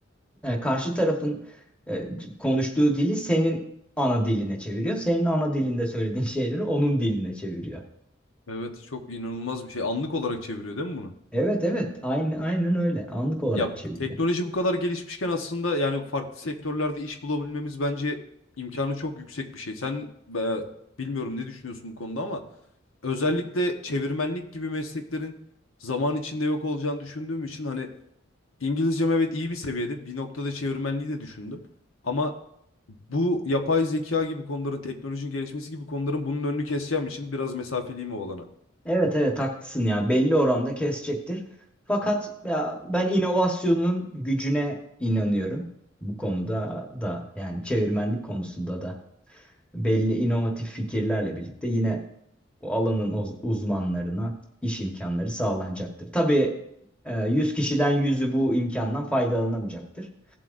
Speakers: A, in the centre; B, on the left.
A: e, karşı tarafın e, konuştuğu dili senin ana diline çeviriyor. Senin ana dilinde söylediğin şeyleri onun diline çeviriyor.
B: Evet çok inanılmaz bir şey. Anlık olarak çeviriyor değil mi bunu?
A: Evet evet aynı aynen öyle. Anlık olarak
B: Ya
A: çeviriyor.
B: teknoloji bu kadar gelişmişken aslında yani farklı sektörlerde iş bulabilmemiz bence imkanı çok yüksek bir şey. Sen e, bilmiyorum ne düşünüyorsun bu konuda ama özellikle çevirmenlik gibi mesleklerin zaman içinde yok olacağını düşündüğüm için hani İngilizcem evet iyi bir seviyede. Bir noktada çevirmenliği de düşündüm. Ama bu yapay zeka gibi konuların, teknolojinin gelişmesi gibi konuların bunun önünü keseceğim için biraz mesafeliyim o olana.
A: Evet evet haklısın ya belli oranda kesecektir. Fakat ya ben inovasyonun gücüne inanıyorum. Bu konuda da yani çevirmenlik konusunda da belli inovatif fikirlerle birlikte yine o alanın uz- uzmanlarına iş imkanları sağlanacaktır. Tabii e, 100 kişiden yüzü bu imkandan faydalanamayacaktır.